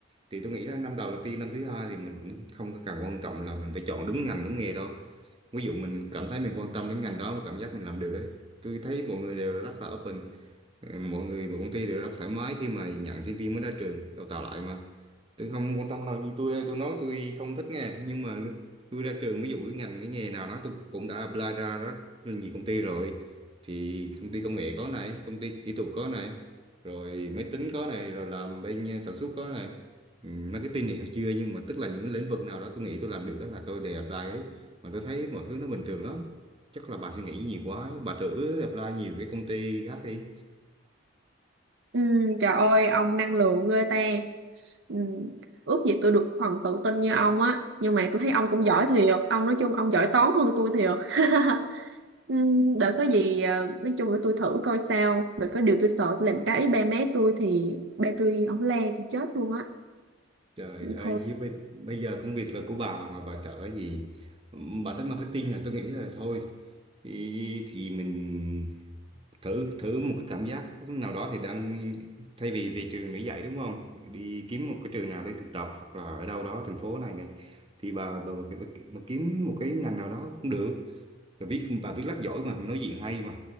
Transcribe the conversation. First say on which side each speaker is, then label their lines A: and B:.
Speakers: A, on the right; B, on the right.
A: thì tôi nghĩ là năm đầu đầu tiên năm thứ hai thì mình cũng không có cần quan trọng là mình phải chọn đúng ngành đúng nghề đâu ví dụ mình cảm thấy mình quan tâm đến ngành đó cảm giác mình làm được ấy tôi thấy mọi người đều rất là open Ừ, mọi người và công ty đều rất thoải mái khi mà nhận sinh viên mới ra trường đào tạo lại mà tôi không quan tâm đâu như tôi đây, tôi nói tôi không thích nghe nhưng mà tôi ra trường ví dụ cái ngành cái nghề nào đó tôi cũng đã apply ra rất là nhiều công ty rồi thì công ty công nghệ có này công ty kỹ thuật có này rồi máy tính có này rồi làm bên ờ, sản xuất có này ừ, marketing này chưa nhưng mà tức là những lĩnh vực nào đó tôi nghĩ tôi làm được đó là tôi đều apply ấy mà tôi thấy mọi thứ nó bình thường lắm chắc là bà suy nghĩ nhiều quá ấy. bà thử apply nhiều cái công ty khác đi
B: ừ, trời ơi ông năng lượng ghê ta ừ, ước gì tôi được phần tự tin như ông á nhưng mà tôi thấy ông cũng giỏi thiệt ông nói chung ông giỏi toán hơn tôi thiệt <laughs> Ừm, Để có gì ờ, nói chung là tôi thử coi sao Để có điều tôi sợ tôi làm trái ý ba mẹ tôi thì ba tôi ổng le tôi chết luôn á
A: Trời ơi,
B: thôi
A: với bây, bây giờ công việc là của bà mà bà chở cái gì? Bà thích marketing à? Tôi nghĩ là thôi. Thì, thì mình thử thử một cái cảm giác nào đó thì đang thay vì về trường để dạy đúng không? Đi kiếm một cái trường nào để thực tập hoặc là ở đâu đó thành phố này này thì bà bà, bà, bà, bà kiếm một cái ngành nào đó cũng được rồi viết và viết lách giỏi mà nói chuyện hay mà